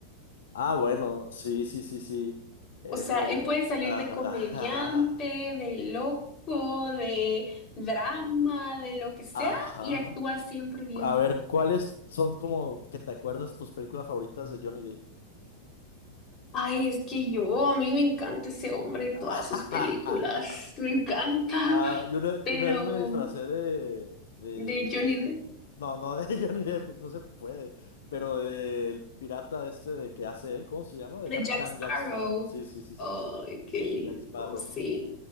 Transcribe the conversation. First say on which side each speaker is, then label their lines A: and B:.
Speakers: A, on the left; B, on the left.
A: Ah, bueno, sí, sí, sí, sí. El-
B: O sea,
A: el-
B: él puede
A: eh,
B: salir
A: ajá,
B: de comediante, de loco, de drama, de lo
A: <laughs>
B: que sea,
A: ajá.
B: y actúa siempre bien.
A: A ver, ¿cuáles son como que te acuerdas tus películas favoritas de Johnny Depp?
B: Ay, es que yo, a mí me encanta ese hombre y
A: <laughs>
B: todas sus películas, me encanta.
A: Ah,
B: <laughs>
A: yo una,
B: Pero
A: una vez me disfracé de, de...
B: de Johnny Depp,
A: No, no de <laughs> Johnny Depp, pues, no se puede, pero del pirata este de que hace él, ¿cómo se llama?
B: de
A: De Capitán
B: Jack Sparrow,
A: Jack Sparrow. Sí, sí, sí, sí,
B: ay,
A: sí.
B: qué lindo,
A: De Jack Sparrow.
B: sí.